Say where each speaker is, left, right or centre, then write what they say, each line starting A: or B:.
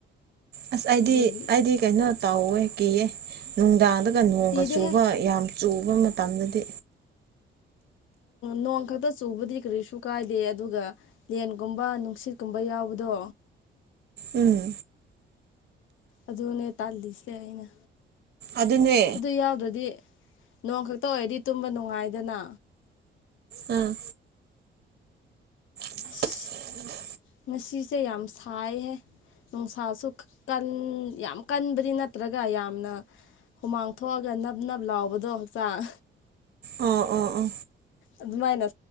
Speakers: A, on the right; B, on the left.
A: ꯑꯁ ꯑꯩꯗꯤ
B: ꯑꯗꯨꯒꯤ
A: ꯑꯩꯗꯤ ꯀꯩꯅꯣ ꯇꯥꯎꯋꯦ ꯀꯤꯌꯦ ꯅꯨꯡꯗꯥꯡꯗꯒ ꯅꯣꯡꯒ
B: ꯀꯤꯗꯦꯍꯦ
A: ꯆꯨꯕ ꯌꯥꯝ ꯆꯨꯕ ꯃꯇꯝꯗꯗꯤ
B: ꯅꯣꯡ ꯈꯛꯇ ꯆꯨꯕꯗꯤ ꯀꯔꯤꯁꯨ ꯀꯥꯏꯗꯦ ꯑꯗꯨꯒ ꯂꯦꯟꯒꯨꯝꯕ ꯅꯨꯡꯁꯤꯠꯀꯨꯝꯕ ꯌꯥꯎꯕꯗꯣ
A: ꯎꯝ
B: ꯑꯗꯨꯅꯦ ꯇꯥꯜꯂꯤꯁꯦ ꯑꯩꯅ
A: ꯑꯗꯨꯅꯦ
B: ꯑꯗꯨ ꯌꯥꯎꯗ꯭ꯔꯗꯤ ꯅꯣꯡ ꯈꯛꯇ ꯑꯣꯏꯔꯗꯤ ꯇꯨꯝꯕ ꯅꯨꯡꯉꯥꯏꯗꯅ
A: ꯑꯥ <unintelligible>
B: ꯑꯁ ꯉꯁꯤꯁꯦ ꯌꯥꯝ ꯁꯥꯏꯍꯦ ꯅꯨꯡꯁꯥꯁꯨ ꯀꯟ ꯌꯥꯝ ꯀꯟꯕꯗꯤ ꯅꯠꯇ꯭ꯔꯒ ꯌꯥꯝꯅ ꯍꯨꯃꯥꯡ ꯊꯣꯛꯑꯒ ꯅꯞ ꯅꯞ ꯂꯥꯎꯕꯗꯣ ꯍꯛꯆꯥꯡ
A: ꯑꯣ ꯑꯣ ꯑꯣ
B: ꯑꯗꯨꯃꯥꯏꯅ